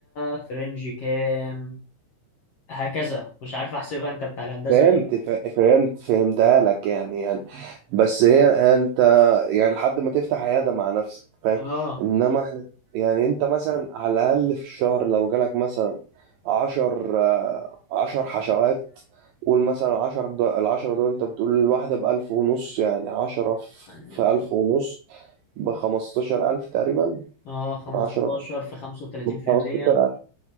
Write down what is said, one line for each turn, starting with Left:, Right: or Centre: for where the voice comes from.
Left: في رينج كام هكذا مش عارف احسبها انت بتاع الهندسة
Right: فهمت ف- فهمت فهمتها لك يعني يعني بس هي انت يعني لحد ما تفتح عياده مع نفسك فاهم
Left: اه
Right: انما احنا يعني انت مثلا على الاقل في الشهر لو جالك مثلا عشر آه، عشر حشوات قول مثلا عشر دو العشرة دول انت بتقول الواحدة بألف ونص يعني عشرة في
Left: يعني
Right: في ألف ونص بخمستاشر ألف تقريبا
Left: اه 15
Right: عشرة
Left: في 35%
Right: خمستاشر ألف